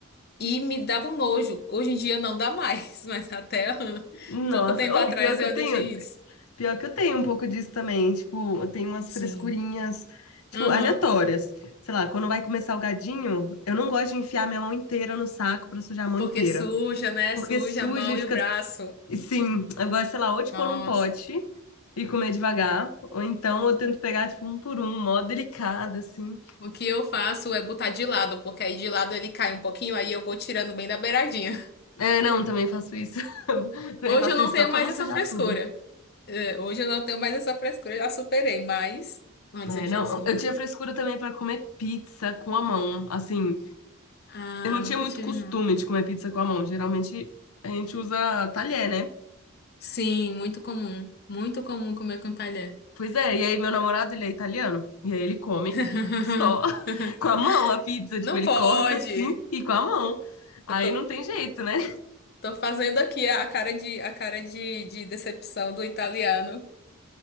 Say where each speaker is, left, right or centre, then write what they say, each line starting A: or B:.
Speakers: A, on the left; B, on the left.
A: e me dava um nojo. Hoje em dia não dá mais, <laughs> mas até hum,
B: Nossa,
A: pouco tempo
B: ou
A: atrás
B: pior que
A: eu
B: eu
A: ainda
B: tenho,
A: tinha isso.
B: pior que eu tenho um pouco disso também. Tipo, eu tenho umas
A: Sim.
B: frescurinhas, tipo,
A: Uhum.
B: aleatórias. Sei lá, quando vai comer salgadinho, eu não gosto de enfiar minha mão inteira no saco pra sujar a mão
A: Porque
B: inteira.
A: suja, né?
B: Porque
A: Suja
B: suja
A: a mão
B: e fica
A: e o braço.
B: Sim, eu gosto, sei lá, ou tipo
A: Nossa.
B: num pote e comer devagar, ou então eu tento pegar, tipo, um por um, mó delicado, assim.
A: O que eu faço é botar de lado, porque aí de lado ele cai um pouquinho, aí eu vou tirando bem da beiradinha.
B: É, não, também faço isso. <laughs>
A: <laughs>
B: Também
A: Hoje
B: faço
A: eu não
B: isso
A: tenho
B: só pra
A: mais
B: não
A: essa
B: sujar
A: frescura.
B: tudo.
A: É, hoje eu não tenho mais essa frescura, eu já superei, mas antes
B: É,
A: eu tinha
B: não,
A: sim.
B: eu tinha frescura também pra comer pizza com a mão. Assim,
A: Ah,
B: eu não tinha
A: nunca
B: muito
A: tive,
B: costume
A: não.
B: de comer pizza com a mão. Geralmente a gente usa talher, né?
A: Sim, muito comum. Muito comum comer com talher.
B: Pois é, e aí meu namorado, ele é italiano, e aí ele come
A: <laughs>
B: só <laughs> com a mão a pizza.
A: Não
B: Tipo, ele
A: pode.
B: corta assim e com a mão. Aí
A: Eu tô,
B: não tem jeito, né?
A: tô fazendo aqui a cara de, a cara de, de decepção do italiano.